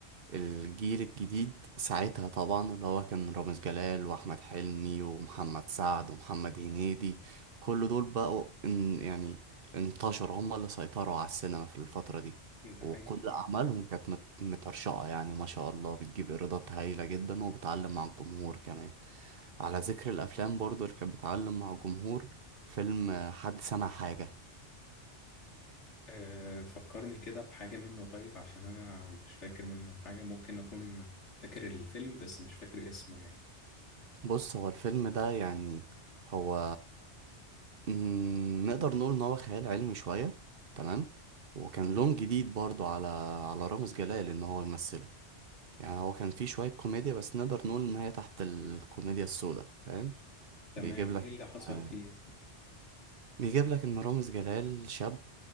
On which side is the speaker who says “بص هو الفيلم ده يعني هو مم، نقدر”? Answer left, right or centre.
Right